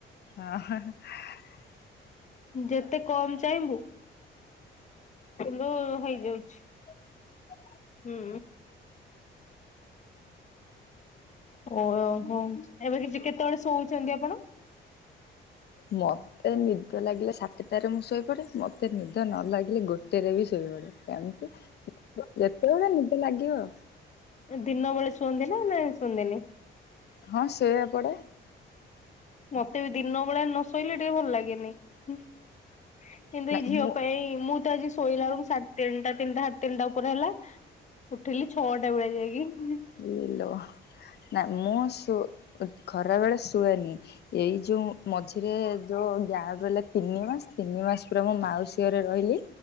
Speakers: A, on the left; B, on the left.
A: ହଁ
B: ଯେତେ କମ ଚାହିଁବୁ <unintelligible> ହେଇଯାଉଛି ହୁଁ ଓହୋ ଏବେ କି କେତେବେଳେ ଶୋଉଛନ୍ତି ଆପଣ?
A: ମ ମୋତେ ନିଦ ଲାଗିଲେ ସାତଟାରେ ମୁଁ ଶୋଇପଡେ ମତେ ନିଦ ନ ଲାଗିଲେ ଗୋଟେରେ ବି ଶୋଇପଡେ। କେମିତି ଯେତେବେଳେ ନିଦ ଲାଗିବ
B: ଦିନ ବେଳେ ଶୁଅନ୍ତିି ନା ନା ଶୁଅନ୍ତିିନି?
A: ହଁ ସେଆପଡେ।
B: ମତେ ବି ଦିନଭେଳା ନ ଶୋଇଲେ ଟିକେ ଭଲ ଲାଗେନି। ଁ କିନ୍ତୁ
A: ନାଇଁ
B: ଏଇ ଝିଅ
A: ମୁଁ
B: ପାଇଁ ମୁଁ ତ ଆଜି ଶୋଇଲା ବେଲକୁ ତିନିଟା ତିନିଟା ସାତ ତିନିଟା ଉପରେ ହେଲା ଉଠିଲି ଛଅଟା ବେଳିଆ ଯାଇକି।
A: <unintelligible> ନା ମୁଁ ଖରାବେେଳେ ଶୁଏନି। ଏଇ ଯୋଉ ମଝିରେ ଯୋଉ <unintelligible> ତିନି ମାସ ତିନି ମାସ ପୁରା ମୋ ମାଉସୀ ରେ ରହିଲି